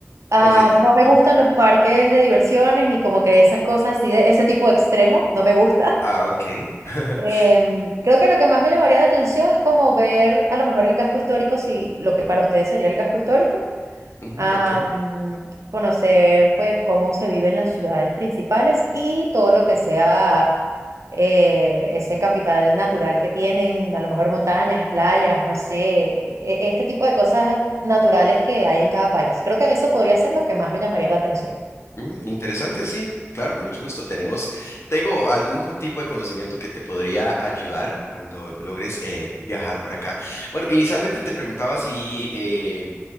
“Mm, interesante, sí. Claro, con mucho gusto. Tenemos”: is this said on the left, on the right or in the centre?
Left